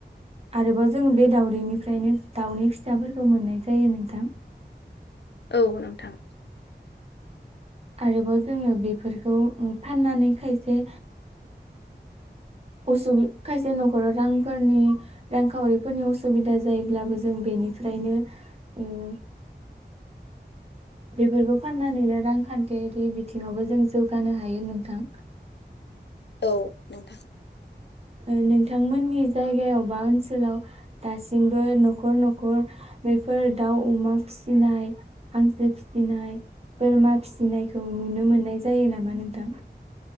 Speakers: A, on the right; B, on the left.
A: आरोबाव जोंङो बे दाउदैनिफ्रायनो दाउनि फिसाफोरखौ मोननाय जायो नोंथां।
B: औ नोंथां।
A: आरोबाव जोङो बेफोरखौ फाननानै खायसे असु खायसे नखराव रांफोरनि रांखावरिफोरनि असुबिदा जायोब्लाबो जों बेनिफ्रायनो उम बेफोरखौ फाननानैनो रांखान्थियारि बिथिङावबो जों जौगानो हायो नोंथां।
B: औ नोंथां।
A: ओ नोंथांमोननि जायगायाव बा ओनसोलाव दासिमबो नखर नखर बेफोर दाउ अमा फिसिनाय हांसो फिसिनाय बोरमा फिसिनायखौ नुनो मोननाय जायो नामा नोंथां।